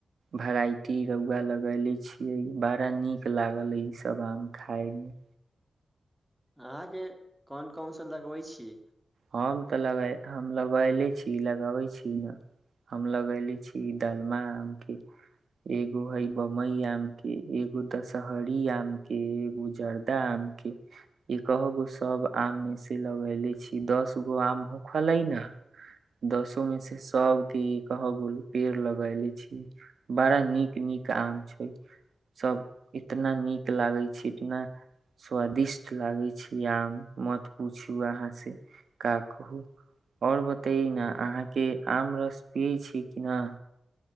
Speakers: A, on the right; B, in the centre.
A: वेराइटी रौआ लगले छियै बड़ा नीक लागल ईसभ आम खाायमे
B: अहाँके कोन कौशल लगबै छी
A: हम त ल लगले छी लगावे छी ने हम लगले छी डालमा आम के एगो हे बम्बई आम के एगो दशहरी आम के एगो जर्दा आम के एकह गो सब आम मे से लगले छी कि दस गो आमहु खलै ने दसो मे से सब क कह बोल पेड़ लगले छी बड़ा नीक नीक आम छै सब इतना नीक लागे छी इतना स्वादिष्ट लागे छी आम मत पूछू अहाँ से काकू आओर बतै ने अहाँके आम रस पियै छी कि नहि